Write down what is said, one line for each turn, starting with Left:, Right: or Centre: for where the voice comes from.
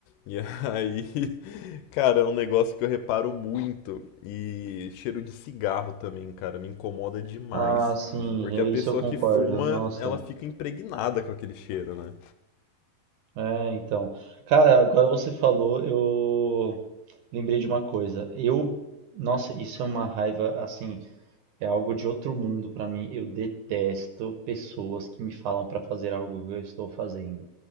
Left: E aí, <laughs> cara, é um negócio que eu reparo muito. E cheiro de cigarro também, cara, me incomoda demais.
Right: ah, sim,
Left: Porque a
Right: é
Left: pessoa
Right: isso eu concordo.
Left: que fuma,
Right: Nossa.
Left: ela fica impregnada com aquele cheiro, né?
Right: É, então. Cara, agora você falou, eu lembrei de uma coisa. Eu, nossa, isso é uma raiva, assim, é algo de outro mundo pra mim. Eu detesto pessoas que me falam pra fazer algo que eu estou fazendo.